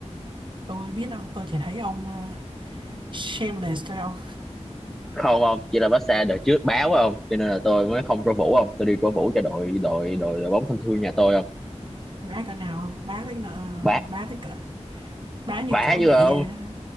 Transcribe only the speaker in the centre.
không ông chỉ là Barca đời trước báo ông cho nên là tôi mới không cổ vũ ông tôi đi cổ vũ cho đội đội đội đội bóng thân thương nhà tôi ông
bá
bá
chứ
không